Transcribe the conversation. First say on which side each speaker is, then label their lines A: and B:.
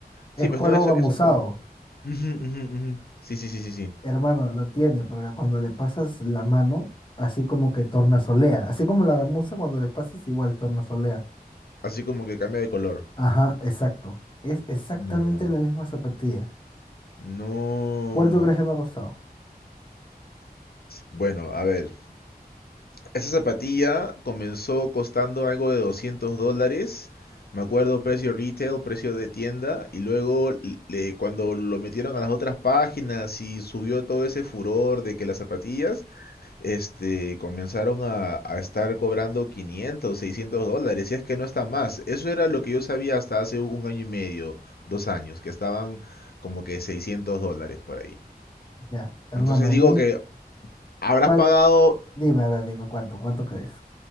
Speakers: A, on the left; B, on the left.
A: Sí,
B: Es
A: pues
B: cuero
A: no, eso,
B: gamuzado.
A: eso es como... Ujú, ujú, ujú. Sí, sí, sí, sí, sí.
B: Hermano, lo tiene, porque cuando le pasas la mano, así como que tornasolea, así como la gamuza cuando le pasas igual tornasolea.
A: Así como que cambia de color.
B: Ajá, exacto. Es exactamente
A: No,
B: la misma zapatilla.
A: no.
B: ¿Cuánto crees que me ha costado?
A: Bueno, a ver. Esta zapatilla comenzó costando algo de 200 dólares. Me acuerdo precio retail, precio de tienda. Y luego l- le- cuando lo metieron a las otras páginas y subió todo ese furor de que las zapatillas, este, comenzaron a, a estar cobrando 500, 600 dólares. Y es que no está más. Eso era lo que yo sabía hasta hace un año y medio, dos años, que estaban como que 600 dólares por ahí.
B: Ya, hermano,
A: Entonces
B: a
A: digo
B: mí,
A: que habrás
B: ¿cuál?
A: pagado
B: Dime, a ver, dime, ¿cuánto? ¿Cuánto crees?